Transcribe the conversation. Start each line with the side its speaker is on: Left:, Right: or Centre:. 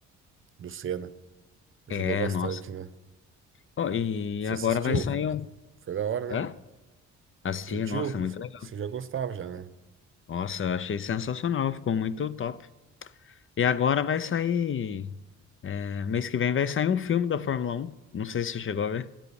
Right: Do Senna. Ajudou
Left: É,
Right: bastante,
Left: nossa.
Right: né?
Left: Ó, e
Right: Você
Left: agora
Right: assistiu?
Left: vai sair um.
Right: Foi da hora,
Left: Hã?
Right: né?
Left: Assisti,
Right: Curtiu?
Left: nossa, muito legal.
Right: Você já gostava já, né?
Left: Nossa, eu achei sensacional, ficou muito top. E agora vai sair. é, mês que vem vai sair um filme da Fórmula Um Não sei se você chegou a ver.